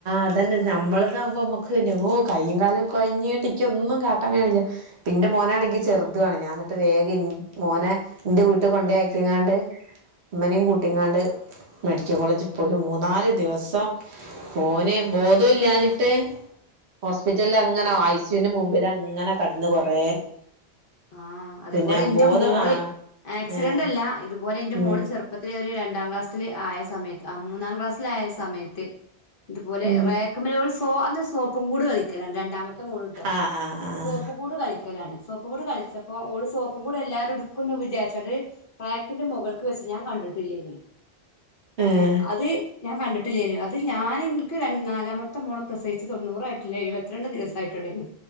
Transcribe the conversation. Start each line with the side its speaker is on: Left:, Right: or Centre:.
Right: അതന്നെ നമ്മൾതാവുമ്പോ മ്മ ക്ക് എൻ്റമ്മോ കയ്യും കാലും കൊഴഞ്ഞ്ട്ട് ക്ക് ഒന്നും കാട്ടാ കയ്യ്ണില്ല ന്റെ മോനാണെങ്കി ചെറുതു ആണ് ഞാൻ ന്നട്ട് വേഗം ഇ മോനെ ന്റെ വീട്ടിൽ കൊണ്ടാക്കികാണ്ട് മ്മനേം കൂട്ടിങ്ങാണ്ട് മെഡിക്കൽ കോളേജ് പോയി മൂന്നാല് ദിവസം ഓന് ബോധുല്ലാഞ്ഞിട്ട് ഹോസ്പിറ്റല്ൽ അങ്ങനെ ഐസിയുന്റെ മുമ്പിലങ്ങനെ കട്ന്ന് കൊറേ
Left: ആഹ് അതുപോലെ
Right: പിന്നെ
Left: ന്റെ
Right: ബോധം
Left: മോള്
Right: ആഹ്
Left: ആക്സിഡന്റല്ല
Right: ഏഹ്
Left: ഇതുപോലെ ന്റെ
Right: ഉം
Left: മോള് ചെറുപ്പ മുപ്പത്തി രണ്ടാം ക്ലാസ്സില് ആയ സമയത്ത് ആ മൂന്നാം ക്ലാസ്സിലായ സമയത്ത് ഇതുപോലെ
Right: ഉം
Left: റേക്ക്മല് ഓള് സോ അന്ന് സോപ്പുകൂട് കളിക്കല രണ്ടാമത്തെ മോള്ട്ടോ
Right: ആഹ് ആഹ്
Left: സോപ്പും കൂട് കളിക്കലാണ് സോപ്പ് കൂട് കളിച്ചപ്പോ ഓള് സോപ്പുകൂട് എല്ലാരുടുക് ക്കുന്ന് വിചാര്ച്ചാണ്ട് റാക്ക്ന്റെ മുകൾക്ക് വെച്ച് ഞാൻ കണ്ടിട്ടില്ലേനി
Right: ആഹ് ഏഹ്
Left: ഏ അത് ഞാൻ കണ്ട്ട്ടില്ലേനി അത് ഞാന് ൻക്ക് നാലാമത്തെ മോളെ പ്രസവിച്ച് തൊണ്ണൂറായിട്ടില്ല എഴുപത്തിരണ്ട് ദിവസ ആയിട്ടൊള്ളെനി